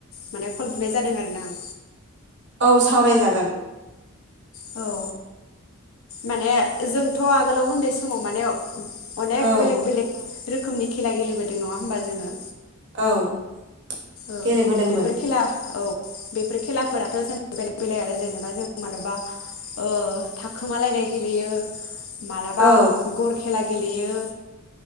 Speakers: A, on the left; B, on the right.
A: माने खल बुनाय जा दों आरोना आं।
B: औ सावरायजागोन।
A: औ माने जोंथ' आगोलाव उन्दै समाव माने अनेक
B: औ
A: बेलेग बेलेग रोखोमनि खेला गेलेबोदों नङा होमबा जोङो
B: औ
A: औ
B: गेलेबोदोंमोन
A: बेफोर खेला औ बेफोर खेलाफोराथ' जेनबा बेलेग बेलेग आरो जेनेबा जों मालाबा ओ थाखोमालायनाय गेलेयो मालाबा
B: औ
A: गर खेला गेलेयो